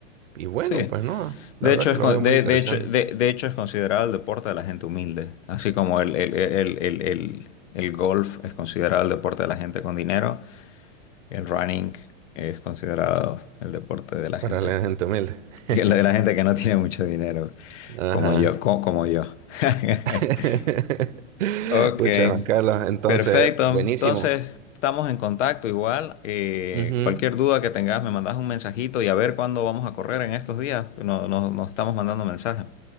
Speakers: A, on the right; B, on the left.
A: y bueno,
B: sí.
A: pues no, la
B: De
A: verdad
B: hecho,
A: que
B: es,
A: lo
B: con-
A: veo muy
B: de,
A: interesante
B: de hecho, de, de hecho, es considerado el deporte de la gente humilde, así como el, el, el, el, el- el golf es considerado el deporte de la gente con dinero, el running es considerado el deporte de la
A: para
B: gente,
A: la gente humilde.
B: que-
A: <laughs>
B: de la gente que no tiene mucho dinero,
A: Ajá.
B: como yo, co- como yo. <laughs>
A: <laughs>
B: Ok,
A: Pucha, Juan Carlos, entonces,
B: perfecto.
A: buenísimo.
B: Entonces, estamos en contacto igual. eh,
A: Ujú.
B: cualquier duda que tengas, me mandas un mensajito y a ver cuándo vamos a correr en estos días. No- no- nos estamos mandando mensajes.